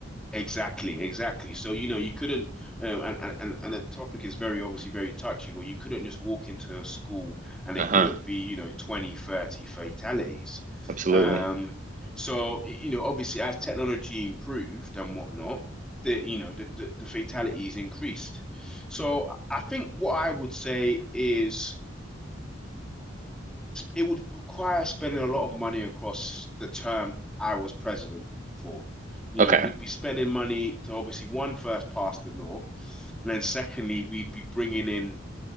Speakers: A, in the centre; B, on the right.
A: Exactly, exactly. So, you know, you couldn't, um, and, and and and the topic is very obviously very touchy, but you couldn't just walk into a school and there
B: Uh-huh.
A: couldn't be, you know, 20, 30 fatalities.
B: Absolutely.
A: Um, so, y- you know, obviously as technology improved and whatnot, the, you know, the, the, the fatalities increased. So I think what I would say is it would require spending a lot of money across the term I was president for. You
B: Okay.
A: know, we'd be spending money to obviously one first pass the law, and then secondly, we'd be bringing in,